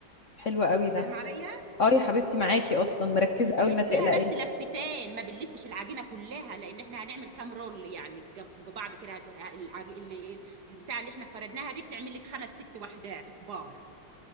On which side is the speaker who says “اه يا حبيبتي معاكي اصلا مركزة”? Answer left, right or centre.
Left